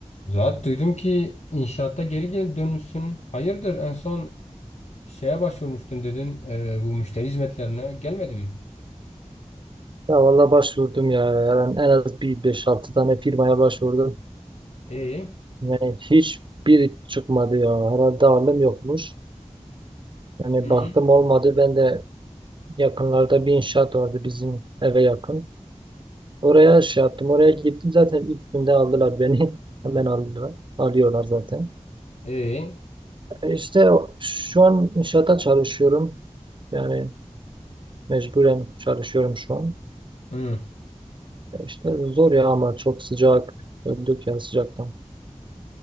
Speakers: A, on the left; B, on the right.
A: Zaten duydum ki inşaatta geri geri dönmüşsün. Hayırdır en son şeye başvurmuştun dedin e, bu müşteri hizmetlerine. Gelmedi mi?
B: Ya valla başvurdum ya. Yani en az bir beş altı tane firmaya başvurdum.
A: E,
B: Yani hiçbir çıkmadı ya. Herhalde alım yokmuş. Yani
A: hı hı.
B: baktım olmadı. Ben de yakınlarda bir inşaat vardı bizim eve yakın. Oraya şey yaptım. Oraya gittim zaten ilk günde aldılar beni. <laughs> Hemen aldılar. Alıyorlar zaten.
A: E,
B: E İşte o- şu an inşaata çalışıyorum. Yani mecburen çalışıyorum şu an.
A: hı.
B: E İşte zor ya ama çok sıcak. Öldük ya sıcaktan.